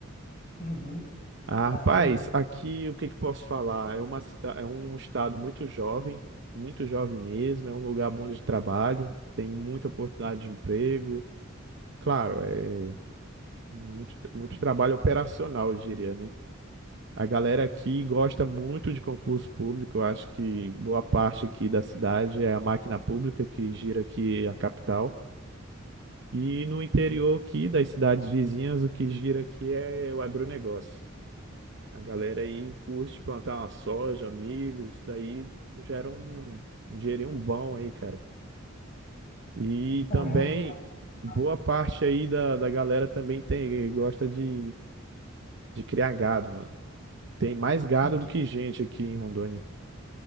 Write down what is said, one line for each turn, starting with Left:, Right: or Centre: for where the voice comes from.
Left: Uhum.
Right: Ah,
Left: Caramba.
Right: rapaz, aqui o que que posso falar? É uma, cida- é um estado muito jovem, muito jovem mesmo. É um lugar bom de trabalho, tem muita oportunidade de emprego. Claro, é muito, muito trabalho operacional, eu diria, né? A galera aqui gosta muito de concurso público. Eu acho que boa parte aqui da cidade é a máquina pública que gira aqui a capital. E no interior aqui das cidades vizinhas, o que gira aqui é o agronegócio. A galera aí curte plantar uma soja, milho, isso daí gera um um dinheirinho bom aí, cara. E
Left: Caramba,
Right: também,
Left: cara. Que legal.
Right: boa parte aí da, da galera também tem, gosta de, de criar gado, mano. Tem mais gado
Left: Sim.
Right: do que gente aqui em Rondônia.